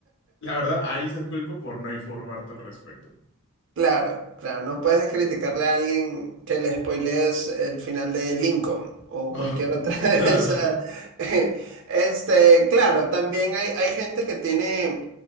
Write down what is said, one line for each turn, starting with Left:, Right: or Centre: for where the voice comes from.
Left: la verdad, ahí se disculpa por no informarte al respecto.
Right: Claro, claro, no puedes criticarle a alguien que le spoilees el final de Lincoln o cualquier
Left: <laughs>
Right: otra <laughs> de
Left: claro.
Right: esa. <laughs> Este, claro, también hay, hay gente que tiene